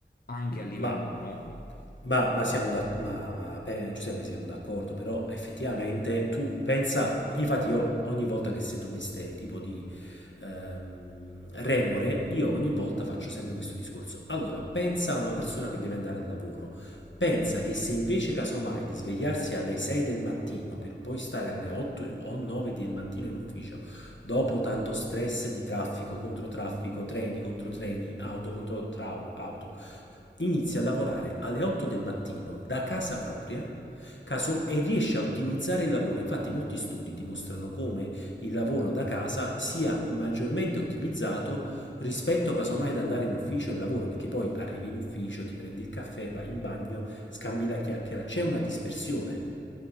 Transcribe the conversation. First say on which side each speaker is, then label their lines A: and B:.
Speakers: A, on the left; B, on the left.
A: anche a livello
B: Ma
A: economico.
B: Ma, ma siamo d'ac- ma, ma, eh, Giuseppe, siamo d'accordo, però effettivamente tu pensa, infatti io ogni volta che sento queste tipo di ehm, remore, io ogni volta faccio sempre questo discorso. Allora, pensa ad una persona che deve andare al lavoro, pensa che se invece casomai di svegliarsi alle 6 del mattino per poi stare alle 8 o 9 del mattino in ufficio, dopo tanto stress di traffico contro traffico, treni contro treni, auto contro trau- auto, inizia a lavorare alle 8 del mattino da casa propria caso- e riesce a ottimizzare il lavoro. Infatti molti studi dimostrano come il lavoro da casa sia maggiormente ottimizzato rispetto casomai ad andare in ufficio e lavoro, perché poi arrivi in ufficio, ti prendi il caffè, vai in bagno, scambi la chiacchiera, c'è una dispersione.